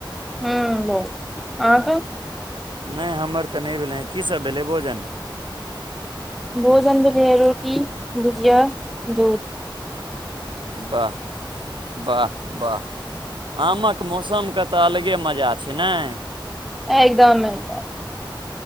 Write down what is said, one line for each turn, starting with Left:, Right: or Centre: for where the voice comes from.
Centre: हूं भ गेलै, आंहा के
Right: नै हमर त नै भेलैये, की सब भेलै भोजन
Centre: भोजन भेलैये रोटी भुजिया दुध
Right: वाह, वाह वाह आमक मौसमके त अलगे मजा छै नाइ
Centre: एकदम एकदम